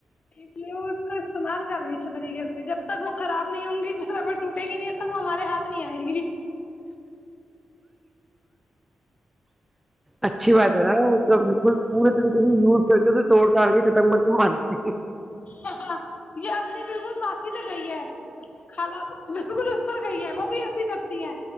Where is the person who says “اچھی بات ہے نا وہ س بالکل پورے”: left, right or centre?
Centre